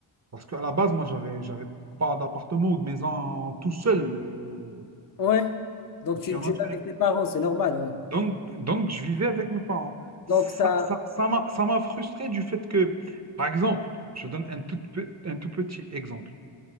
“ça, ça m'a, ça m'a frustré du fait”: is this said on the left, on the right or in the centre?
Right